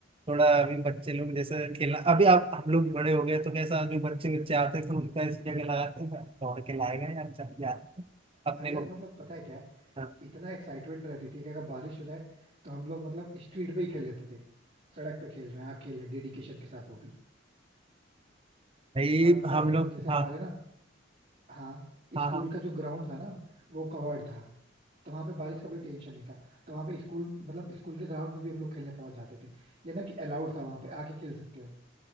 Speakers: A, on the right (about 30°); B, on the right (about 45°).
A: थोड़ा अभी बच्चे लोग जैसे खेलना अभी आप हम लोग बड़े हो गए तो कैसा जो बच्चे बच्चे आते हैं तो उनका ऐसी जगह लगाते हैं दौड़ के लाएगा यार चल यार
B: अरे
A: अपने को
B: यार मतलब पता है क्या है
A: हाँ,
B: इतना एक्साइटमेंट रहती थी कि अगर बारिश हो जाए तो हम लोग मतलब स्ट्रीट पे ही खेल लेते थे सड़क पे खेल रहे हैं हाँ खेल रहे हैं डेडिकेशन के साथ वो भी
A: भाई
B: और पता है
A: हम
B: क्या
A: लोग
B: था जैसे हमारे
A: हाँ
B: ना हाँ
A: हाँ
B: स्कूल
A: हाँ
B: का जो ग्राउंड था ना वो कवर्ड था तो वहां पे बारिश का भी टेंशन नहीं था तो वहां पे स्कूल मतलब स्कूल के ग्राउंड में भी हम लोग खेलने पहुंच जाते थे ये ना कि अलाउड था वहां पे आके खेल सकते हो